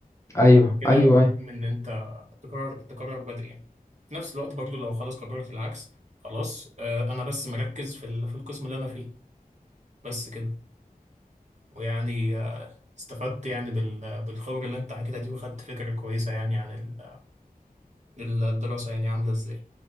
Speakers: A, on the left; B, on the right.
A: ايوه
B: عشان كده
A: ايوه
B: مهم
A: أيوه.
B: إن أنت تقرر تقرر بدري يعني في نفس الوقت برضو لو خلاص قررت العكس خلاص آه أنا بس مركز في ال- في القسم اللي أنا فيه بس كده ويعني استفدت يعني بال... بالخبرة اللي انت حكيتها دي وخدت فكرة كويسة يعني عن ال... الدراسة يعني عاملة ازاي